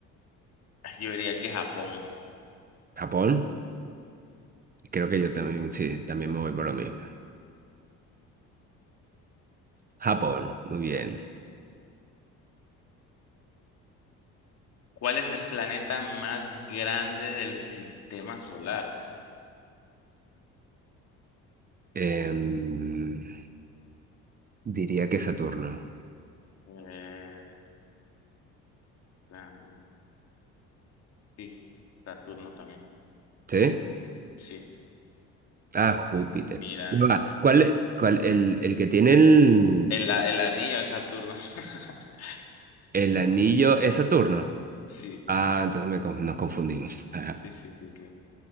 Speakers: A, on the left; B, on the right.
A: yo diría que Japón.
B: ¿Japón? Creo que yo también, sí, también me voy por lo mismo. Japón, muy bien.
A: ¿Cuál es el planeta más grande del sistema solar?
B: Em, diría que Saturno.
A: Eh, Urano. Sí, Saturno también.
B: ¿Sí?
A: Sí,
B: Ah, Júpiter.
A: mira,
B: Ya
A: eh.
B: va, ¿Cuál, cuál, el, el que tiene el,
A: El, a- el anillo de Saturno. <laughs>
B: el anillo es Saturno?
A: Sí,
B: Ah, entonces me con- nos confundimos. <laughs>
A: sí, sí, sí, sí.